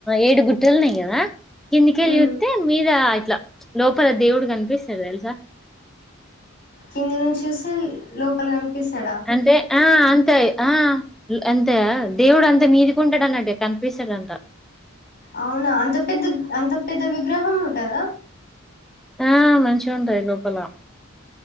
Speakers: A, in the centre; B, on the left (about 45°).
A: ఏడు గుట్టలున్నాయి గదా కిందకి వెళ్లి
B: ఉమ్
A: చూతె మీద అట్లా లోపల దేవుడు కనిపిస్తాడు తెల్సా
B: కింది నుంచి చూస్తే లోపల కనిపి కనిపిస్తాడా
A: అంటే ఆ అంతే ఆ అంతే దేవుడు అంతే మీదికుంటాడు అన్నట్టు కనిపిస్తాడంత
B: అవునా అంత పెద్ద అంత పెద్ద విగ్రహం ఉంటదా
A: ఆ మంచిగా ఉంటది లోపలా